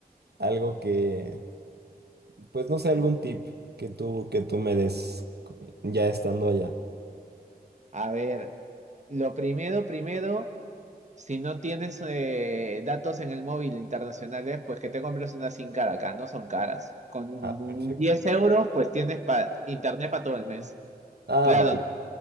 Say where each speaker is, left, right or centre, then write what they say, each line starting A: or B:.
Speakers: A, on the right; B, on the right.
A: algo que, pues no sé, algún tip que tú, que tú me des ya estando allá.
B: A ver, lo primero, primero, si no tienes eh, datos en el móvil internacionales, pues que te compres una SIM cara acá, no son caras. Con
A: Ah, perfecto.
B: 10 euros, pues tienes pa- internet para todo el mes.
A: Ah,
B: Claro,
A: vale.